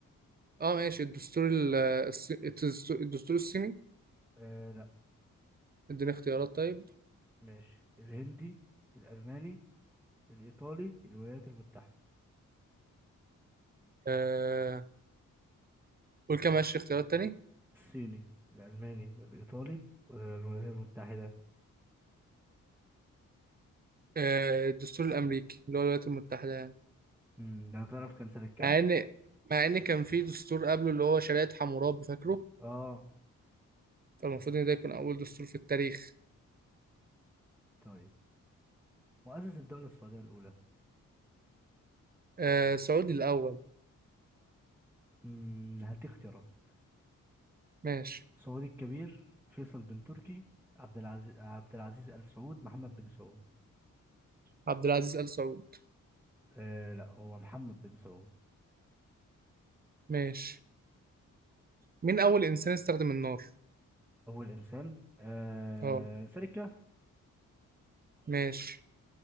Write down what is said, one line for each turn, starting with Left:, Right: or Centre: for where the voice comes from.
Right: اه ماشي الدستور ال... الص- الدستور الدستور الصيني
Centre: آه لأ
Right: اديني اختيارات طيب
Centre: ماشي الهندي الألماني الإيطالي الولايات المتحدة
Right: آه قول كده ماشي اختيارات تاني
Centre: الصيني الألماني الإيطالي والولايات المتحدة
Right: آه الدستور الامريكي اللي هو الولايات المتحده يعني
Centre: امم ده تعرف كان سنة كام؟
Right: مع ان مع ان كان في دستور قبله اللي هو شريعه حمورابي فاكره
Centre: اه
Right: فالمفروض ان ده يكون اول دستور في التاريخ
Centre: طيب مؤسس الدولة السعودية الأولى
Right: آه سعودي الاول
Centre: امم هديك اختيارات
Right: ماشي
Centre: سعودي الكبير فيصل بن تركي عبد العزيز عبد العزيز آل سعود محمد بن سعود
Right: عبد العزيز ال سعود
Centre: آه لا هو محمد بن سعود
Right: ماشي مين اول انسان استخدم النار
Centre: أول إنسان آه
Right: اه
Centre: إنسان الكهف
Right: ماشي